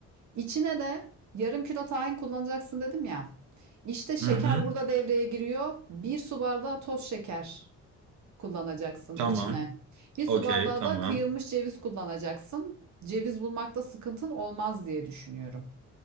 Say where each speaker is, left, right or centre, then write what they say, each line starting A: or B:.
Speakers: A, on the right (about 65°); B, on the right (about 80°).
A: İçine de yarım kilo tahin kullanacaksın dedim ya. İşte şeker
B: Hı hı.
A: burada devreye giriyor. Bir su bardağı toz şeker kullanacaksın
B: Tamam.
A: içine. Bir su
B: Okey
A: bardağı
B: tamam.
A: da kıyılmış ceviz kullanacaksın. Ceviz bulmakta sıkıntın olmaz diye düşünüyorum.